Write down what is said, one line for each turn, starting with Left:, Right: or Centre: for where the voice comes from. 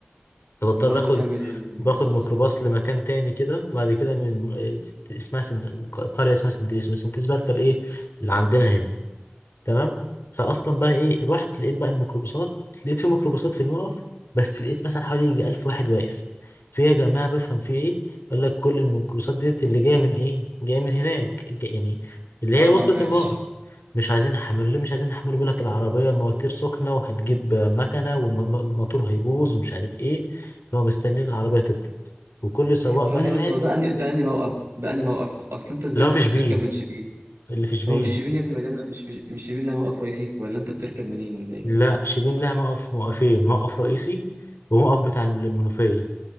Left: فبضطر
Right: امال
Left: اخد
Right: بتعمل ايه لما
Left: باخد
Right: بتحصل
Left: ميكروباص لمكان تاني كده وبعد كده من آه، اسمها سنت... قريه اسمها سنتريس ومن سنتريس بركب ايه اللي عندنا هنا تمام فاصلا بقى ايه رحت لقيت بقى الميكروباصات لقيت في ميكروباصات في الموقف بس لقيت مثلا حوالي يجي 1000 واحد واقف في يا جماعه بفهم في ايه يقول لك كل الميكروباصات ديت اللي جايه من ايه جايه من هناك جا- يعني اللي
Right: اه
Left: هي وصلت
Right: ماشي
Left: الموقف مش عايزين نحمل ليه مش عايزين نحمل بيقول لك العربيه مواتير سخنه وهتجيب مكنه والموتور هيبوظ ومش عارف ايه فهم مستنيين العربيه تبرد وكل سواق
Right: ثواني
Left: بقى
Right: بس
Left: قاعد
Right: هو ده اني ده اني موقف ده اني موقف اصل انت ازاي
Left: اللي هو
Right: مش
Left: في شبين
Right: بتركب من شبين
Left: اللي في شبين
Right: هو مش شبين يا ابني مليانه مش مش مش شبين لا موقف رئيسي ولا انت بتركب منين ولا ايه
Left: لا شبين لها موقف موقفين موقف رئيسي وموقف بتاع المنوفية